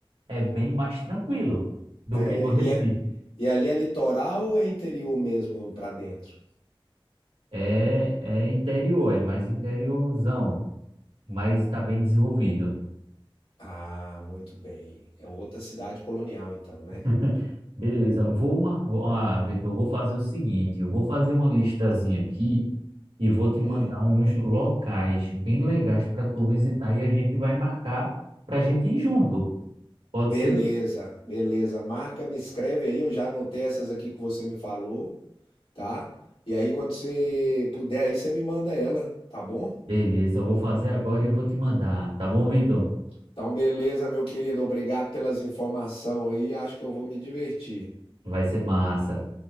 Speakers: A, on the right; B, on the left.
A: é bem mais tranquilo do
B: É,
A: que no Recife.
B: e, é- e ali é litoral ou é interior mesmo para dentro?
A: É, é interior, é mais interiorzão, mas está bem desenvolvido.
B: Ah, muito bem. É outra cidade colonial, então, né?
A: <laughs> Beleza, vou, mar... vou- ah, Vitor, eu vou fazer o seguinte, eu vou fazer uma listazinha aqui e vou te
B: Hum.
A: mandar uns locais bem legais para tu visitar e a gente vai marcar para a gente ir junto. Pode
B: Beleza,
A: ser?
B: beleza. Marca, me escreve aí, eu já anotei essas aqui que você me falou, tá? E aí, quando você puder aí, você me manda ela, tá bom?
A: Beleza, eu vou fazer agora e vou te mandar, tá bom, Vitor?
B: Então, beleza, meu querido. Obrigado pelas informações aí. Acho que eu vou me divertir.
A: Vai ser massa.